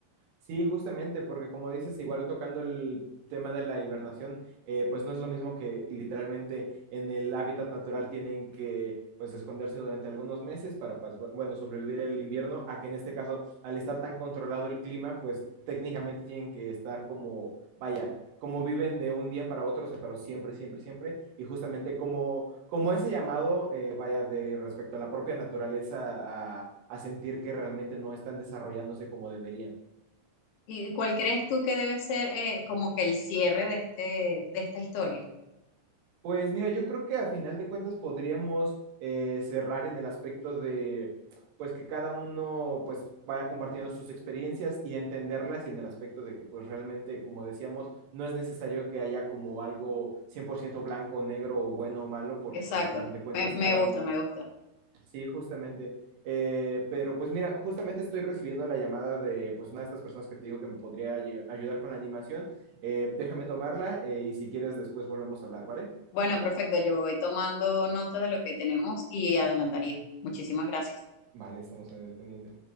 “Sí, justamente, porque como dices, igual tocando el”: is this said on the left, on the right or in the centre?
Right